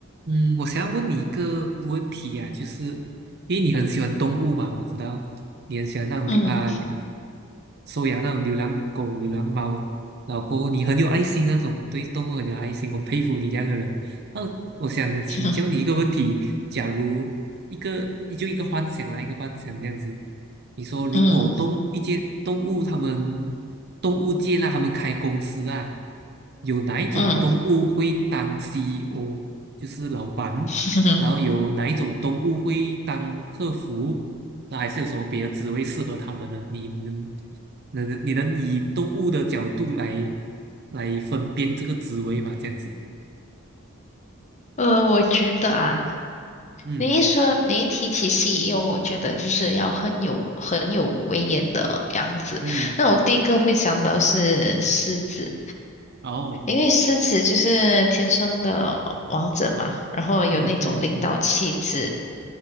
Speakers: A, on the right (about 50°); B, on the left (about 35°).
A: 嗯，我想要问你一个问题呀、就是因为你很喜欢动物嘛，我知道你很喜欢那种流啊、
B: 嗯
A: 收养那种流浪狗、流浪猫，老公，你很有爱心那种，对动物很有爱心，我很佩服你这样的人。那我想请教你一个问题：
B: <laughs>
A: 假如一个就一个幻想啦，一个幻想这样子，你说如果动一间动物他们动物界啦，
B: 嗯
A: 他们开公司啊，有哪一种动物会当
B: 嗯，
A: CEO？就是老板，
B: <laughs>
A: 然后有哪一种动物会当客服？那还是有什么别的职位适合他们的？你能能你能以动物的角度来来分辨这个职位嘛？这样子，
B: 呃，我觉得啊，
A: 嗯
B: 你一说，你一提起西游，我觉得就是要很有很有威严的样子。
A: 嗯，
B: 那我第一个会想到是狮子，
A: 哦，
B: 因为狮子就是天生的王者嘛，然后有那种领导气质，
A: 嗯嗯嗯